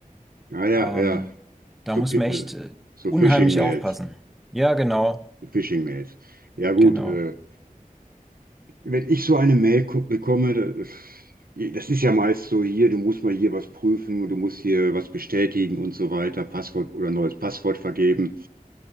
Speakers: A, on the right; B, in the centre.
A: ja, ja,
B: Ähm,
A: ja,
B: da
A: so,
B: muss
A: Pi-
B: man
A: äh,
B: echt äh,
A: so
B: unheimlich
A: Phishing-Mails,
B: aufpassen. Ja, genau,
A: so Phishing-Mails. Ja gut,
B: genau.
A: äh, wenn ich so eine Mail ko- bekomme, da- das ist ja meist so hier, du musst mal hier was prüfen, du musst hier was bestätigen und so weiter, Passwort oder neues Passwort vergeben.